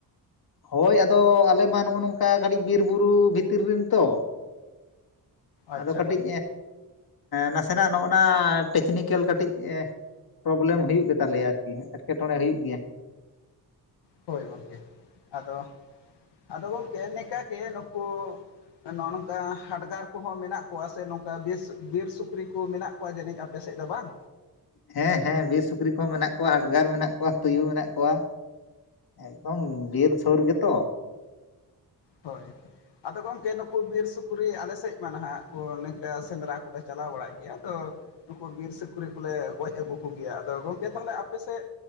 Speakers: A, on the left; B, on the left.
A: ᱦᱳᱭ ᱟᱫᱚ ᱟᱞᱮ ᱢᱟ ᱱᱚᱜᱼᱚ ᱱᱚᱝᱠᱟ ᱠᱟᱹᱴᱤᱡ ᱵᱤᱨ ᱵᱩᱨᱩ ᱵᱷᱤᱛᱤᱨ ᱨᱮᱱ ᱛᱚ
B: ᱟᱪᱪᱷᱟ
A: ᱟᱫᱚ ᱠᱟᱹᱴᱤᱡ
B: ᱜᱚᱝᱠᱮ
A: ᱱᱟᱥᱮᱱᱟᱜ ᱱᱚᱜᱼᱚ ᱱᱟ ᱴᱮᱠᱱᱤᱠᱮᱞ ᱠᱟᱹᱴᱤᱡ ᱯᱨᱚᱵᱞᱮᱢ ᱦᱩᱭᱩᱜ ᱜᱮᱛᱟᱞᱮᱭᱟ ᱟᱨᱠᱤ ᱮᱴᱠᱮᱴᱚᱬᱮ ᱦᱩᱭᱩᱜ ᱜᱮᱭᱟ
B: ᱦᱳᱭ ᱜᱚᱝᱠᱮ ᱟᱫᱚ ᱟᱫᱚ ᱜᱚᱢᱠᱮ ᱱᱤᱝᱠᱟᱹ ᱜᱮ ᱱᱩᱠᱩ ᱱᱚᱜᱼᱚ ᱱᱚᱝᱠᱟ ᱦᱟᱰᱜᱟᱨ ᱠᱚᱦᱚᱸ ᱢᱮᱱᱟᱜ ᱠᱚᱣᱟ ᱥᱮ ᱱᱚᱝᱠᱟ ᱵᱤᱨ ᱥᱩᱠᱨᱤ ᱠᱚ ᱢᱮᱱᱟᱜ ᱠᱚᱣᱟ ᱡᱟᱹᱱᱤᱡ ᱟᱯᱮ ᱥᱮᱫ ᱫᱚ ᱵᱟᱝ
A: ᱦᱮᱸ ᱦᱮᱸ ᱵᱤᱨ ᱥᱩᱠᱨᱤ ᱠᱚᱦᱚᱸ ᱢᱮᱱᱟᱜ ᱠᱚᱣᱟ ᱦᱟᱰᱜᱟᱨ ᱢᱮᱱᱟᱜ ᱠᱚᱣᱟ ᱛᱩᱭᱩ ᱢᱮᱱᱟᱜ ᱠᱚᱣᱟ ᱮᱠᱫᱚᱢ ᱵᱤᱨ ᱥᱩᱨ ᱜᱮᱛᱚ
B: ᱦᱳᱭ ᱟᱫᱚ ᱜᱚᱢᱠᱮ ᱱᱩᱠᱩ ᱵᱤᱨ ᱥᱩᱠᱨᱤ ᱟᱞᱮ ᱥᱮᱫ ᱢᱟ ᱱᱟᱦᱟᱜ ᱠᱚ ᱱᱚᱝᱠᱟ ᱥᱮᱸᱫᱽᱨᱟ ᱠᱚᱞᱮ ᱪᱟᱞᱟᱣ ᱵᱟᱲᱟᱜ ᱜᱮᱭᱟ ᱟᱫᱚ ᱱᱩᱠᱩ ᱵᱤᱨ ᱥᱩᱠᱨᱤ ᱠᱚᱞᱮ ᱜᱚᱡ ᱟᱹᱜᱩ ᱠᱚ ᱜᱮᱭᱟ ᱟᱫᱚ ᱜᱚᱢᱠᱮ ᱛᱟᱦᱞᱮ ᱟᱯᱮᱥᱮᱫ